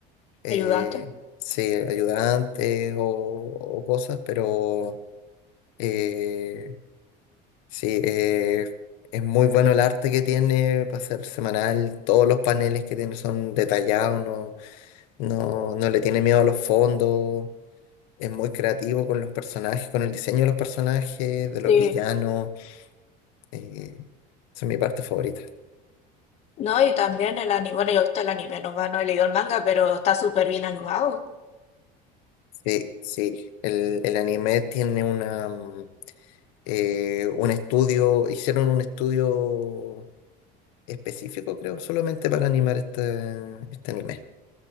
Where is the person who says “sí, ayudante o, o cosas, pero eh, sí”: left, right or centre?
Left